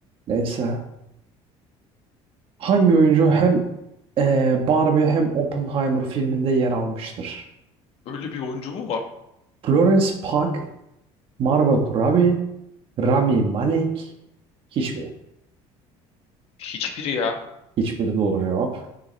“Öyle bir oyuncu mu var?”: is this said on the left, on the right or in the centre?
Left